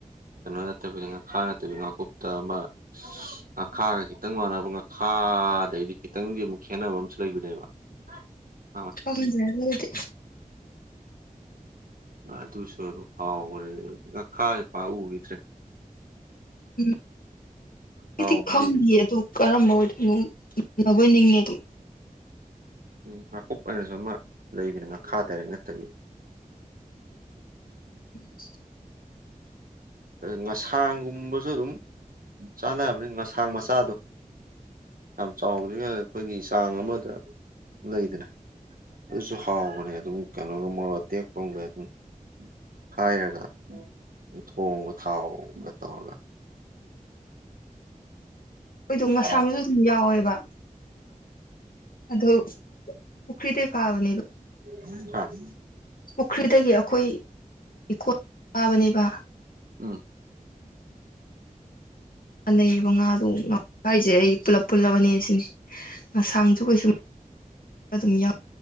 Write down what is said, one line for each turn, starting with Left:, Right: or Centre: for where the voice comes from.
Right: ꯀꯩꯅꯣ ꯅꯠꯇꯕꯤꯅꯤ ꯉꯥꯈꯥ ꯅꯠꯇꯕꯤ ꯉꯀꯨꯞꯇ ꯑꯃ ꯉꯥꯈꯥꯒ ꯈꯤꯇꯪ ꯃꯥꯟꯅꯕ ꯉꯥꯈꯥ ꯑꯗꯩꯗꯤ ꯈꯤꯇꯪꯗꯤ ꯑꯃꯨꯛ ꯈꯦꯠꯅꯕ ꯑꯃꯁꯨ ꯂꯩꯕꯅꯦꯕ ꯑ
Left: ꯍꯗꯤ
Right: ꯑꯗꯨꯁꯨ ꯑꯗꯨꯝ ꯍꯥꯎꯈ꯭ꯔꯦ ꯀꯈꯥꯁꯨ ꯄꯥꯎꯈꯤꯗ꯭ꯔꯦ
Left: ꯎꯝ ꯍꯥꯏꯗꯤ
Right: ꯍꯥꯎꯕꯅꯦ
Left: ꯈꯪꯗ ꯑꯗꯨꯣ ꯀꯔꯝꯕ ꯑꯣꯏꯗꯣꯏꯅꯣ ꯅꯤꯡꯉꯦ ꯑꯗꯨꯝ
Right: ꯎꯝ ꯉꯀꯨꯞ ꯑ ꯑꯣꯏꯅꯁꯨ ꯑꯃ ꯂꯩꯕꯅꯤ ꯉꯈꯥ ꯇꯔꯛ ꯅꯠꯇꯕꯤ
Left: ꯎꯝ
Right: ꯉꯁꯥꯡꯒꯨꯝꯕꯁꯨ ꯑꯗꯨꯝ ꯆꯥꯟꯅꯕꯅꯤ ꯉꯁꯥꯡ ꯃꯆꯥꯗꯣ ꯌꯥꯝ ꯆꯥꯎ꯭ꯉꯩ ꯑꯩꯈꯣꯏꯒꯤ ꯆꯥꯡ ꯑꯃꯗ ꯂꯩꯗꯅ ꯑꯗꯨꯁꯨ ꯍꯥꯎꯕꯅꯦ ꯑꯗꯨꯝ ꯀꯩꯅꯣꯒꯨꯝ ꯃꯔꯣ ꯑ ꯇꯦꯛꯄꯒ ꯑꯗꯨꯝ ꯍꯥꯏꯔꯒ ꯊꯣꯡꯕ ꯊꯥꯎꯒ ꯇꯧꯔꯒ
Left: ꯑꯩꯈꯣꯏꯗꯝ ꯉꯁꯥꯡꯒꯁꯨ
Right: ꯍꯥꯎ
Left: ꯑꯗꯨꯝ ꯌꯥꯎꯋꯦꯕ ꯑꯗꯣ ꯄꯨꯈ꯭ꯔꯤꯗ ꯐꯥꯕꯅꯦꯕ
Right: <unintelligible>
Left: ꯄꯨꯈ꯭ꯔꯤꯗꯒꯤ ꯑꯩꯈꯣꯏ ꯏꯈꯣ ꯆꯥꯕꯅꯦꯕ
Right: ꯎꯝ
Left: ꯂꯩꯌꯦꯕ ꯉꯥꯗꯨ ꯉ ꯍꯥꯏꯁꯦ ꯑꯩ ꯄꯨꯂꯞ ꯄꯨꯜꯂꯕꯅꯦ ꯁꯤꯅꯤ ꯉꯁꯥꯡꯁꯨ ꯀꯩꯁꯨꯨꯝ ꯑꯗꯨꯝ ꯌꯥꯎ